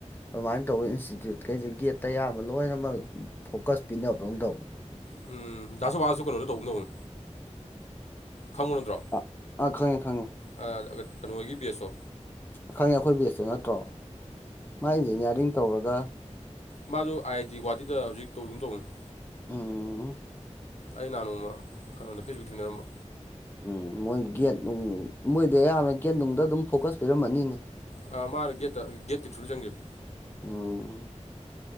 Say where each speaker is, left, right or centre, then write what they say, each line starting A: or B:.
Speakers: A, on the left (about 15°); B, on the left (about 65°).
A: ꯑꯗꯨꯃꯥꯏꯅ ꯇꯧꯕ ꯏꯟꯁꯇꯤꯇ꯭ꯌꯨꯠ ꯀꯩꯁꯦ ꯒꯦꯠꯇ ꯑꯌꯥꯝꯕ ꯂꯣꯏꯅꯃꯛ ꯐꯣꯀꯁ ꯄꯤꯅꯕꯗꯧꯅ ꯇꯧꯕꯅꯦ
B: ꯎꯝ ꯗꯥ ꯁꯨꯕꯥꯁꯁꯨ ꯀꯩꯅꯣꯗ ꯇꯧꯕꯨꯝ ꯇꯧꯕꯅꯤ ꯈꯪꯕꯥ ꯅꯠꯇꯔꯣ
A: ꯑꯥ ꯑꯥ ꯈꯪꯉꯦ ꯈꯪꯉꯦ
B: ꯑꯥ ꯀꯩꯅꯣꯒꯤ ꯕꯦꯁꯇꯣ
A: ꯈꯪꯉꯦ ꯑꯩꯈꯣꯏ ꯕꯦꯁꯇꯣ ꯅꯠꯇ꯭ꯔꯣ ꯃꯥ ꯏꯟꯖꯤꯅꯤꯌꯥꯔꯤꯡ ꯇꯧꯔꯒ
B: ꯃꯥꯖꯨ ꯑꯥꯏ ꯑꯥꯏ ꯇꯤ ꯒꯨꯍꯥꯇꯤꯗ ꯍꯧꯖꯤꯛ ꯇꯧꯔꯤꯒꯨꯝ ꯇꯧꯕꯅꯤ
A: ꯎꯝ
B: ꯑꯩ ꯅꯍꯥꯟ ꯅꯣꯡꯃ ꯀꯩꯅꯣꯗ ꯐꯦꯁꯕꯨꯛ ꯊꯦꯡꯅꯔꯝꯕ
A: ꯎꯝ ꯃꯣꯏ ꯒꯦꯠ ꯅꯨꯡ ꯃꯣꯏꯗꯤ ꯑꯌꯥꯝꯕꯅ ꯒꯦꯠꯅꯨꯡꯗ ꯑꯗꯨꯝ ꯐꯣꯀꯁ ꯄꯤꯔꯝꯃꯅꯤꯅꯦ
B: ꯑ ꯃꯥꯅ ꯒꯦꯠꯇ ꯒꯦꯠꯀꯤ ꯊ꯭ꯔꯨꯗ ꯆꯪꯒꯤꯕꯅꯦ
A: ꯎꯝ